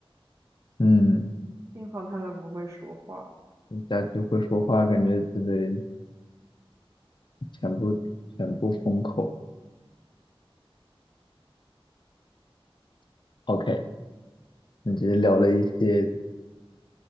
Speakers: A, on the left; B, on the right.
A: 嗯，
B: 幸好他们不会说话。
A: 家居会说话，感觉自己全部全部封口。OK，你这聊了一些